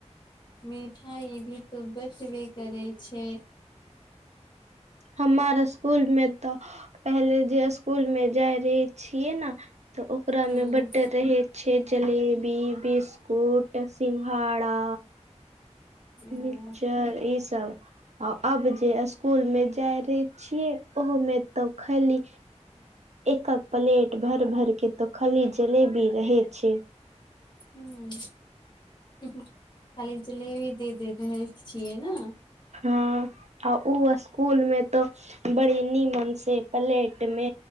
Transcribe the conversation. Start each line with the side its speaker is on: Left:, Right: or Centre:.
Left: मिठाई भी तऽ बटबे करे छै
Right: हमार स्कूल मे तऽ पहिले जे स्कूल मे जाय रहे छिये न तऽ ओकरा
Left: हूँ
Right: मे बडे रहे छे जलेबी बिस्कुट सिंघाड़ा
Left: ओ
Right: मिक्चर ई सब आ आब जे स्कूल मे जाय रहे छियै ओहो मे तऽ खैली एक हक प्लेट भैर भैर के तो खाली जलेबी रहे छै
Left: हूँ हूँ हूँ खाली जलेबी दे दे रहै छियै न
Right: हँ आ ओ स्कूल मे तो बड़ी नीमन से प्लेट मे